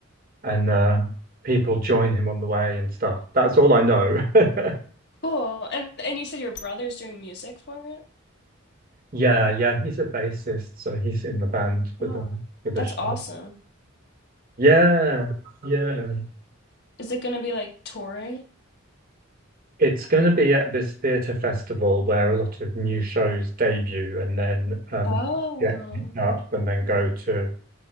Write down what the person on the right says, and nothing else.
and uh, people join him on the way and stuff. That's all I know. <laughs>
Yeah, yeah, he's a bassist, so he's in the band
with the with the
show.
Yeah, yeah.
It's going to be at this theatre festival where a lot of new shows debut and then um
get picked up and then go to